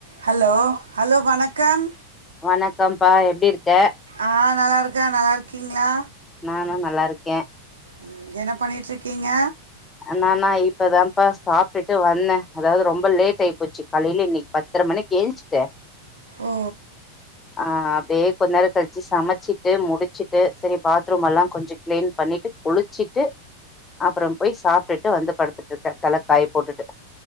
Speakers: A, on the right; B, on the left.
A: ஹலோ ஹலோ வணக்கம்
B: வணக்கம்ப்பா எப்டி இருக்க
A: ஆ நல்லா இருக்க நல்லா இருக்கீங்ளா
B: நானு நல்லா இருக்கே
A: ம் என்ன பண்ணிட்டுருக்கீங்க
B: நானா இப்பதான்ப்பா சாப்புட்டுட்டு வந்தே அதாவது ரொம்ப லேட் ஆயி போச்சு காலையில இன்னைக்கு ப த்தர மணிக்கு என்ச்சுட்டு
A: ஓ
B: ஆ அப்டியே கொஞ்சநேரோ கழிச்சு சமைச்சிட்டு முடிச்சுட்டு சரி பாத்ரூம் எல்லா கொஞ்ச கிளீன் பண்ணிட்டு குளிச்சிட்டு அப்புற போய் சாப்பிட்டுட்டு வந்து படுத்துட்டு இருக்கே தலைக்காய போட்டுட்டு